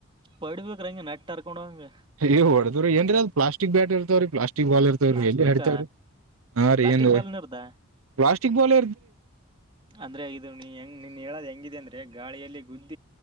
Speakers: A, on the right; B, on the right.
A: ಹೊಡಿಬೇಕ್ರ ಹಂಗೆ ನೆಟ್ ಹರ್ಕೊಂಡ್ ಹಂಗ
B: ಏ ಹೊಡದ್ರರಿ ಏನ್ರೀ ಅದು ಪ್ಲಾಸ್ಟಿಕ್ ಬ್ಯಾಟ್ ಇರ್ತಾವ್ರೀ ಪ್ಲಾಸ್ಟಿಕ್ ಬಲ್ ಇರ್ತ
A: ಪ್ಲಾಸ್ಟಿಕ್
B: ಎಲ್ಲಿ ಹತವ ಹಾ ರೀ
A: ಪ್ಲಾಸ್ಟಿಕ್
B: ಏನ್
A: ಬಾಲ್ನ ಇರ್ದ
B: ಪ್ಲಾಸ್ಟಿಕ್ ಬಲ್
A: ಅಂದ್ರೆ ಇದು ನೀ ಹೆಂಗ್ ನೀನ್ ಹೇಳದ್ ಹೆಂಗಿದೆ ಅಂದ್ರೆ ಗಾಳಿಯಲ್ಲಿ ಗುಜ್ಜು